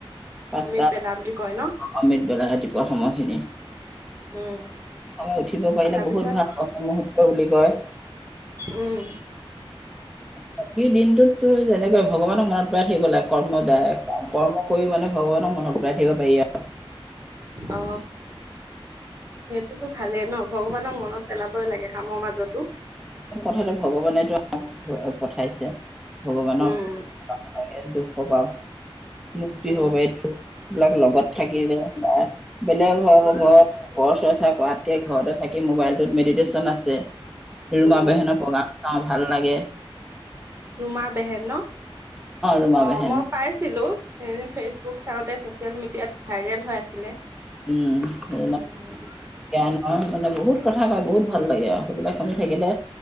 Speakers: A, in the centre; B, on the right.
A: পাঁচটাত
B: অমিত বেলা বুলি কয় ন
A: অমিত বেলা ৰাতিপুৱা সময়খিনি।
B: উম
A: সময়ত উঠিব পাৰিলে
B: তাৰপিছত
A: বহুত ভাল, বহ্মমুহুৰ্ত বুলি কয়।
B: উম।
A: বাকী দিনটোতটো যেনেকে ভগৱানক মনত পেলাই থাকিব লাগে কৰ্ম দ্বাৰাই, কৰ্ম কৰি মানে ভগবানক মনত পেলাই থাকিব পাৰি আৰু।
B: অ। সেইটোতো ভালেই ন, ভগৱানক মনত পেলাবই লাগে কামৰ মাজটো।
A: কথাতে ভগৱানেটো আমাক পঠাইছে, ভগৱানক
B: উম
A: <unintelligible> মুক্তি
B: উম
A: হব পাৰি, দুখ বিলাক লগত থাকিলেও বা বেলেগ ঘৰৰ
B: উম
A: লগত পৰচৰ্চা কৰাতকৈ ঘৰতে থাকি মোবাইলটোত মেডিটেচন আছে। ৰুমা
B: উম
A: বেহেনৰ প্ৰগ্ৰাম চাওঁ, ভাল লাগে।
B: ৰুমা বেহেন ন?
A: ৰুমা
B: অ,
A: বেহেন
B: মই পাইছিলো। এদিন ফেচবুক চাওঁতে ছ'চিয়েল মিডিয়াত ভাইৰেল হৈ আছিলে।
A: উম', <unintelligible> <unintelligible>
B: উম
A: অ', মানে বহুত কথা কয় বহুত ভাল লাগে আৰু সেইবিলাক শুনি থাকিলে,